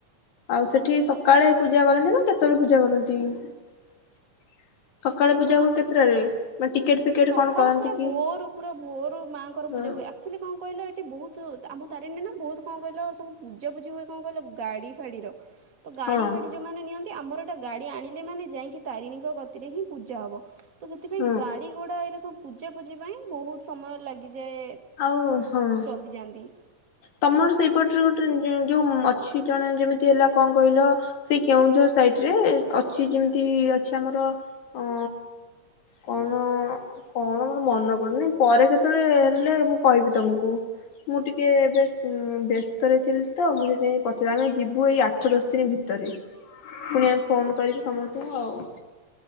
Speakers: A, on the left; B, on the right.
A: ଆଉ ସେଠି
B: ହଁ ତ
A: ସକାଳେ
B: ଦ
A: ପୂଜା କରନ୍ତିନା କେତେବେଳେ ପୂଜା କରନ୍ତି? <inaudible>
B: ସେଠି
A: ପୂଜା
B: ହଁ
A: ହୁଏ କେତେଟାରେ ମାନେ ଟିକେଟ ଫିକେଟ
B: ସକାଳୁ
A: କଣ କରନ୍ତି
B: ପୁରା
A: କି
B: ଭୋରୁ ପୁରା ଭୋରୁ ମାଙ୍କର ପୂଜା
A: ହଁ
B: ହୁଏ ଆ ଆକ୍ଚୁଲି କଣ କହିଲ ଏଠି ବହୁତ୍ ଆମ ତାରିଣୀରେନା ବହୁତ୍ କଣ କଇଲ ସବୁ ପୂଜାପୁଜି ହୁଏ କଣ କହିଲ ଗାଡ଼ି ଫାଡ଼ିର। ତଗାଡ଼ି
A: ହଁ
B: ଫାଡ଼ି ଯୋଉମାନେ ନିଅନ୍ତି ଆମର ଏଟା ଗାଡ଼ି ଆଣିଲେ ମାନେ ଯାଇକି ତାରିଣୀଙ୍କ କତିରେହିଁ ପୂଜା ହବ। ତ ସେଥିପାଇଁ
A: ହଁ
B: ଗାଡ଼ି ଘୋଡ଼ା ଏରା ସବୁ ପୂଜାପୂଜି ପାଇଁ ବହୁତ୍ ସମୟ ଲାଗିଯାଏ।
A: ଆଉ ହଁ।
B: ମିତି ଯାଆନ୍ତି।
A: ତମର ସେଇପଟରେ ଗୋଟେ ଯୋଉ ଅଛି ଜଣେ ଯେମିତି ହେଲା କଣ କହିଲ ସେଇ କେଉଁଝର ସାଇଟିରେ ଅଛି ଯେମିତି ଅଛି ଆମର ଅଁ କୋଉନ କଣ ମୋର ମନେ ପଡ଼ୁନି ପରେ କେତେବେଳେ ହେଲେ ମୁଁ କହିବି ତମକୁ ମୁଁ ଟି ଟିକେ ଏବେ ବ୍ୟସ୍ତରେ ଥିଲିତ ମୁଁ ସେଥିପାଇଁ ପଚାରି ଆମେ ଯିବୁ ଏଇ ଆଠ ଦଶ ଦିନି ଭିତରେ। ପୁଣି ଆମେ ଫୋନ୍
B: ଆଚ୍ଛା
A: କରିବୁ ସମସ୍ତେ ଆଉ।